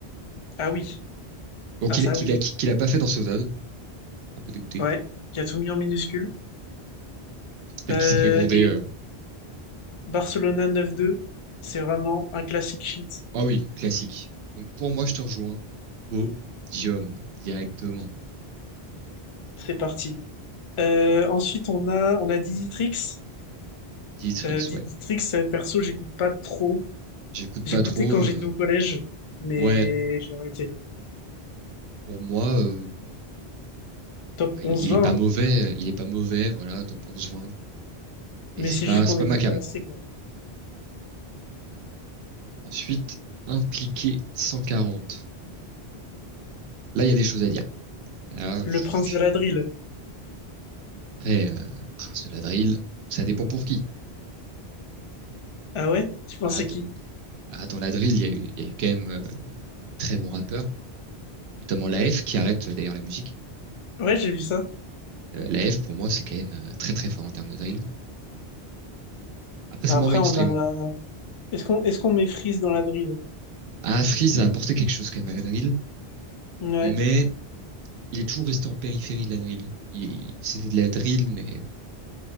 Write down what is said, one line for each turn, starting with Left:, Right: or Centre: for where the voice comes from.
Left: Ah oui,
Right: bon,
Left: ah
Right: qu'il
Left: ça
Right: qu'il
Left: oui.
Right: a, qu'il a pas fait dans Saudade, un peu dégoûté.
Left: Ouais, qui a tout mis en minuscule.
Right: Peut-être
Left: Euh,
Right: qu'il s'est fait gronder.
Left: et
Right: euh.
Left: Barcelona 9-2, c'est vraiment un classique shit.
Right: Ah oui, classique. Donc pour moi, je te rejoins. Podium, directement.
Left: C'est parti. Euh, ensuite, on a, on a Diditrix.
Right: Dietrich,
Left: Euh, Diditrix,
Right: ouais.
Left: euh, perso, j'écoute pas trop.
Right: J'écoute
Left: J'écoutais
Right: pas trop.
Left: quand
Right: euh.
Left: j'étais au collège, mais
Right: Ouais,
Left: j'ai arrêté.
Right: pour moi, euh,
Left: Top
Right: il,
Left: 11-20,
Right: il est pas
Left: hein.
Right: mauvais. Il est pas mauvais, voilà, top 11-20. Mais
Left: Mais
Right: c'est
Left: c'est
Right: pas,
Left: juste qu'on
Right: c'est
Left: n'écoute
Right: pas ma came.
Left: pas assez, quoi.
Right: Ensuite, impliqué 140. Là, il y a des choses à dire. Là,
Left: Le
Right: je trouve
Left: prince
Right: que,
Left: de la drill.
Right: après, euh, Prince de la Drill, ça dépend pour qui.
Left: Ah ouais? Tu pensais
Right: Ah, de-
Left: qui?
Right: ah, dans la drill, il y a eu, il y a eu quand même euh, très bons rappeurs, notamment la F qui arrête euh, d'ailleurs la musique.
Left: Ouais, j'ai vu ça.
Right: Euh, la F, pour moi, c'est quand même euh, très très fort en termes de drill. Après,
Left: Bah,
Right: c'est moins
Left: Après,
Right: mainstream.
Left: on a... Est-ce qu'on est-ce qu'on met Freeze dans la drill?
Right: Ah, Freeze a apporté quelque chose quand même à la drill,
Left: Ouais,
Right: mais il est toujours resté en périphérie de la drill. Il, il- c'était de la drill, mais